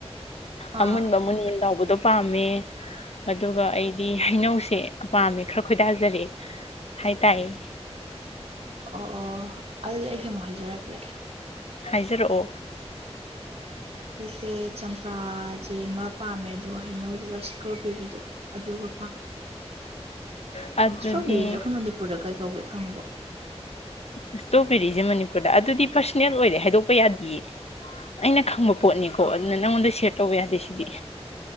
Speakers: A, on the left; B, on the right.
A: ꯑꯃꯨꯟꯕ
B: ꯑꯥ
A: ꯃꯨꯟꯃꯨꯟ ꯂꯥꯎꯕꯗꯣ ꯄꯥꯝꯃꯦ ꯑꯗꯨꯒ ꯑꯩꯗꯤ ꯍꯩꯅꯧꯁꯦ ꯄꯥꯝꯃꯦ ꯈꯔ ꯈꯣꯏꯗꯥꯖꯔꯦ ꯍꯥꯏ ꯇꯥꯏꯌꯦ
B: ꯑꯣ ꯑꯣ ꯑꯗꯨꯗꯤ ꯑꯩꯒꯤ ꯑꯃꯨꯛ ꯍꯥꯏꯖꯔꯛꯀꯦ
A: ꯍꯥꯏꯖꯔꯛꯑꯣ
B: ꯑꯩꯁꯦ ꯆꯝꯄ꯭ꯔꯥ ꯖꯤꯃ ꯄꯥꯝꯃꯦ ꯑꯗꯨꯒ ꯍꯩꯅꯧꯖꯤꯒ ꯏꯁꯇ꯭ꯔꯣꯕꯦꯔꯤꯗꯣ ꯑꯗꯨꯒ
A: ꯑꯥ ꯑꯗꯨꯗꯤ
B: ꯏꯁꯇ꯭ꯔꯣꯕꯦꯔꯤꯖꯦ ꯑꯩꯈꯣꯏ ꯃꯅꯤꯄꯨꯔꯗ ꯀꯩ ꯀꯧꯒꯦ ꯈꯪꯕꯣ
A: ꯏꯁꯇ꯭ꯔꯣꯕꯦꯔꯤꯖꯦ ꯃꯅꯤꯄꯨꯔꯗ ꯑꯗꯨꯗꯤ ꯄꯔꯁꯣꯅꯦꯜ ꯑꯣꯏꯔꯦ ꯍꯥꯏꯗꯣꯛꯄ ꯌꯥꯗꯤꯌꯦ ꯑꯩꯅ ꯈꯪꯕ ꯄꯣꯠꯅꯤꯀꯣ ꯑꯗꯨꯅ ꯅꯪꯉꯣꯟꯗ ꯁꯦꯌꯔ ꯇꯧꯕ ꯌꯥꯗꯦ ꯁꯤꯗꯤ